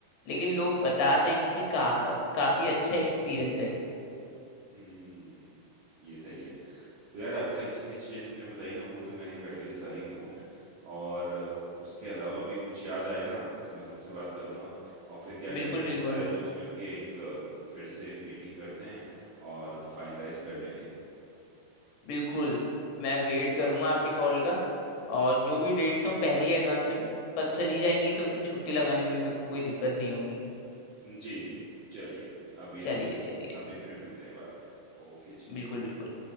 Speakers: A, on the left; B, on the right.
A: लेकिन लोग बताते हैं कि काफ, काफी अच्छा एक्सपीरियंस है
B: हम्म ये सही है तो यार अभी तक जितनी चीजें तुमने बताई ना वो तो मैंने कर लिए सारी नोट और अ, उसके अलावा भी कुछ याद आएगा तो मैं तुमसे बात करूंगा और फिर क्या
A: बिल्कुल
B: करेंगे हम
A: बिल्कुल
B: सारे दोस्त मिलके एक अम, फिर से मीटिंग करते हैं और फाइनलाइज कर लेंगे
A: बिल्कुल मैं वेट करूंगा आपके कॉल का और जो भी डेट्स हों पहले ही एडवांस में पता चली जाएंगी तो फिर छुट्टी लगाने में भी मेरे को कोई दिक्कत नहीं होगी
B: जी, जी। चलिए, अभी-अभी
A: चलिए
B: अभी
A: चलिए
B: अभी फिर मिलते हैं बाद में। ओके जी।
A: बिल्कुल बिल्कुल